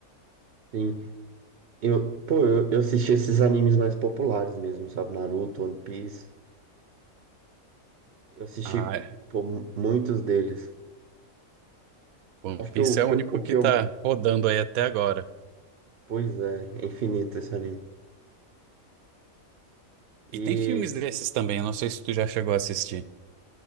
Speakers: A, on the right; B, on the right.
A: Sim. Eu, pô, eu, eu assisti esses animes mais populares mesmo, sabe? Naruto, One Piece. Eu assisti,
B: Ah, é.
A: pô, muitos deles.
B: One
A: Acho
B: Piece
A: que o
B: é
A: que
B: o único
A: eu, o que
B: que tá
A: eu...
B: rodando aí até agora.
A: Pois é, é infinito esse anime. E
B: E tem filmes desses também, eu não sei se tu já chegou a assistir.